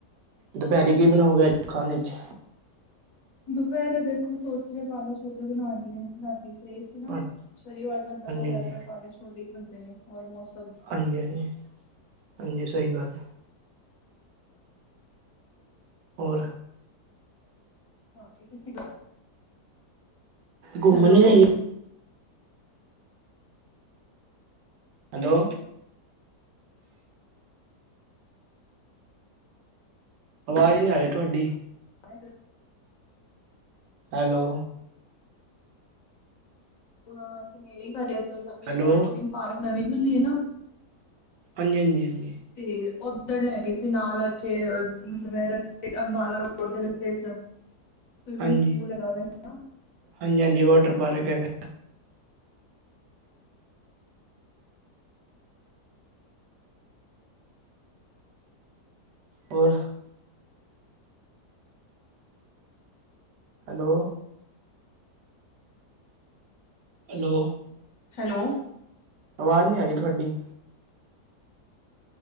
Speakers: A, on the right (about 80°); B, on the left (about 60°).
A: ਦੁਪਹਿਰੀ ਕੀ ਬਣਾਓਗੇ, ਅੱਜ ਖਾਣੇ 'ਚ?
B: ਦੁਪਹਿਰੇ ਦੇਖੋ ਸੋਚ ਰਏ ਆਂ, ਕਾਲੇ ਛੋਲੇ ਬਣਾਉਾਨਣੀ ਹੈ ਰਾਤੀ ਸਹੀ ਨਾ
A: ਹਾਂਜੀ
B: ਸ਼ਨੀਵਾਰ ਤੁਹਾਨੂੰ ਪਤਾ, ਜ਼ਿਆਦਾਤਰ
A: ਹਾਂਜੀ
B: ਕਾਲਜ ਹੋਲੇ ਬੁੰਦੇ ਨੇ ਲਮੋਸਟ
A: ਹਾਂਜੀ ਹਾਂਜੀ, ਹਾਂਜੀ ਸਹੀ ਗੱਲ। ਹੋਰ,
B: ਹਾਂਜੀ ਤੁਸੀਂ
A: ਘੁੰਮਣ
B: ਹੈਲੋ
A: ਨੀ ਗਏ? ਹੈਲੋ, ਆਵਾਜ਼ ਨਹੀਂ ਆ ਰਹੀ ਤੁਹਾਡੀ
B: <unintelligible>
A: ਹੈਲੋ,
B: ਉਹ ਇੱਥੇ ਨੇੜੇ ਹੀ, ਸਾਡੇ ਇੱਧ ਲੱ
A: ਹੈਲੋ
B: ਟੈਂਪਲਿੰਗ ਪਾਰਕ ਨਵੀਂ ਹੁੰਲੀ ਹੈ ਨਾ
A: ਹਾਂਜੀ ਹਾਂਜੀ, ਹਾਂਜੀ।
B: ਤੇ ਉਓਧਰ ਲੈ ਗਏ ਸੀ ਨਾਲ ਇੱਥੇ, ਮਤਲਬ ਰਸਤੇ 'ਚ ਅੰਬਾਲਾ ਰੋਡ ਦੇ ਰਸਤੇ 'ਚ ਸਵਿਮਿੰਗ
A: ਹਾਂਜੀ
B: ਪੂਲ ਲਗਾ ਹੈ, ਹਨਾ।
A: ਹਾਂਜੀ ਹਾਂਜੀ, ਵਾਟਰ ਪਾਰਕ ਹੈਗਾ। ਹੋਰ? Hello, hello.
B: ਹੈਲੋ।
A: ਆਵਾਜ਼ ਨਹੀਂ ਆ ਰਹੀ ਥੁਹਾਡੀ।